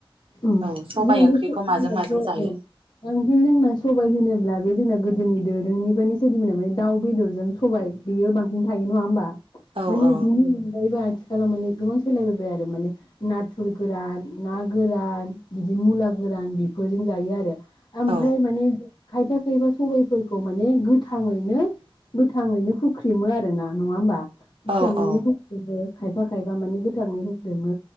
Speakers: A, on the left (about 50°); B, on the right (about 70°).
A: जों बे
B: औ सबाय ओंख्रिखौ माजों माजों
A: जोंनाथ' औ
B: जायो
A: जोंना सबाय होनोब्ला बे जोंना गोदोनि दो नोंनिफ्रायनो सोरोजिबोनाय माने दाउ बेदरजों सबाय बेयो बांसिन थायो नङा होमबा
B: औ
A: माने
B: औ
A: बिनि अनगायैबो आथिखालाव माने गोबां सोलायबोबाय आरो माने नाथ गुफुर गोरान ना गोरान बिदि मुला गोरान बेफोरजों जायो आरो ओमफ्राय
B: औ
A: माने खायफा खायफा सबायफोरखौ माने गोथाङैनो गोथाङैनो हुख्रिमो आरो ना नङा होमबा
B: औ
A: गोथाङैनो
B: औ
A: हुख्रेमो खायफा खायफा माने गोथाङै हुख्रेमो